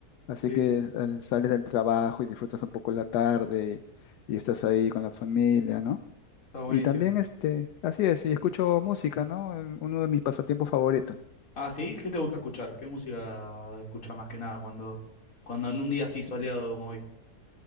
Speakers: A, on the left; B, on the left.
A: Así
B: Sí,
A: que eh, sales del trabajo y disfrutas un poco la tarde y, estás ahí con la familia, ¿no?
B: está buenísimo.
A: Y también, este, así es, y escucho música, ¿no? El- Uno de mis pasatiempos favoritos.
B: Ah, ¿sí? ¿Qué te gusta escuchar? ¿Qué música escuchas más que nada cuando, cuando en un día así soleado como hoy?